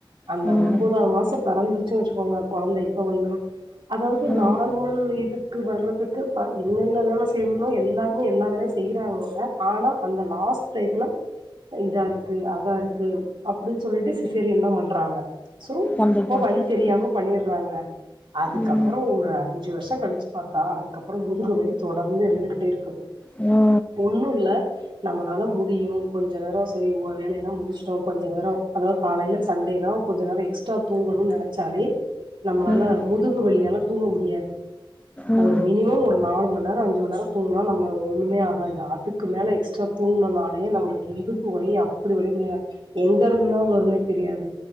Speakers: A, on the right; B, on the left.
A: அந்த
B: ம் ம்
A: ஒன்பதா மாசம் பெறந்துருச்சுன் வச்சுக்கோங்க கொழந்த இப்ப வந்துரு அதாவ்து
B: ம்
A: நார்மல்
B: ம்
A: இது க்கு வர்றத்துக்கு ப என்னென்ன வேல செய்னுமோ எல்லாருமே எல்லா வேலயு செய்றாங்கங்க ஆனா அந்த லாஸ்ட் டையத்துல இந்தாருக்கு அதாருக்கு அப்புடின்‌ சொல்ட்டு சிசேரியன்தா பண்றாங்க சோ
B: கண்டிப்பா
A: இப்ப வலி தெரியாம
B: ம்
A: பண்ணிர்றாங்க அதுக்கப்பறோ
B: ம் ம்
A: ஒரு அ ஞ்சு வருஷ கழிச்சு பாத்தா அதுக்கப்பற முதுகு வலி தொடர்ந்து இருந்துகிட்டே இருக்கு
B: ம் ம் ம் ம் ம் ம்
A: ஒன்னு இல்ல நம்மளால முடியும் கொஞ்ச நேர செரி வேலயெல்லா முடிச்ட்டோ கொஞ்ச நேர அதா காலைல சண்டேனா கொஞ்ச நேர எக்ஸ்ட்ரா தூங்கணுன் நெனச்சாலே நம்மளால
B: ம் ம்
A: முதுகு வலியால தூங்க முடியாது
B: ம்
A: ஒரு
B: ம்
A: மினிமம் ஒரு நாலு மண்நேர அஞ்சு மண்நேர தூங்குனா ‌நம்ம ஒன்னுமே ஆகாது அதுக்கு மேல எக்ஸ்ட்ரா தூங்குனனாலயு நம்ளுக்கு இடுப்பு வலி அப்பிடி வலிக்குங்க எங்கருந்துதா வரும்னே தெரியாது